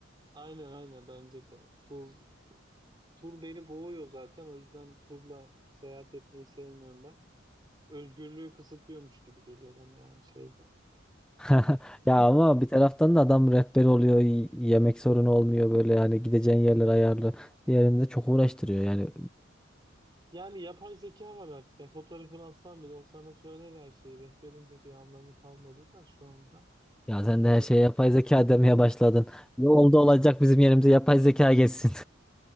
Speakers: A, on the right; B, in the centre.
A: Aynen aynen bence de. Tur tur beni boğuyor zaten. O yüzden turla seyahat etmeyi sevmiyorum ben. Özgürlüğü kısıtlıyormuş gibi geliyor bana yani şeyden.
B: <laughs>
A: Ee,
B: Ya ama bir taraftan da adam rehber oluyor, y- yemek sorunu olmuyor böyle yani gideceğin yerler ayarlı. Diğerinde çok uğraştırıyor yani.
A: yani yapay zeka var artık. Yani fotoğrafını atsan bile o sana söyler her şeyi. Rehberin de bir anlamı kalmadı da şu anda.
B: Ya sen
A: Ee,
B: de her şeye yapay zeka demeye başladın. Ne oldu olacak bizim yerimize yapay zeka geçsin.